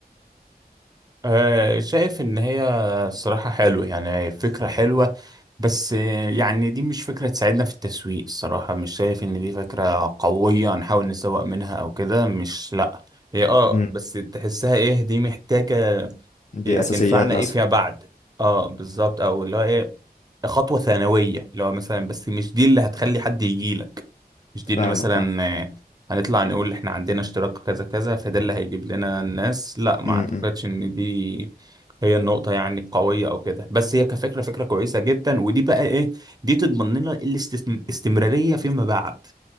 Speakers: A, on the right; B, on the left.
A: آه، شايف ان هي الصراحة حلوة يعني فكرة حلوة بس آه، يعني دي مش فكرة تساعدنا في التسويق الصراحة مش شايف ان دي فكرة قوية نحاول نسوق منها او كده مش لا هي اه
B: مم.
A: بس تحسها ايه دي محتاجة
B: دي
A: هي
B: اساسيات
A: هتنفعنا
B: مثلا
A: ايه فيما بعد اه بالظبط او اللي هو ايه خطوه ثانويه اللي هو مثلا بس مش دي اللي هتخلي حد يجي لك مش
B: فاهمك
A: دي ان مثلا
B: فاهم
A: آه، هنطلع نقول احنا عندنا اشتراك كذا كذا فده اللي هيجيب لنا الناس لا ما
B: امم
A: اعتقدش ان دي هي النقطة يعني القوية أو كده بس هي كفكرة فكرة كويسة جدا ودي بقى إيه دي تضمن لنا الاستمرارية فيما بعد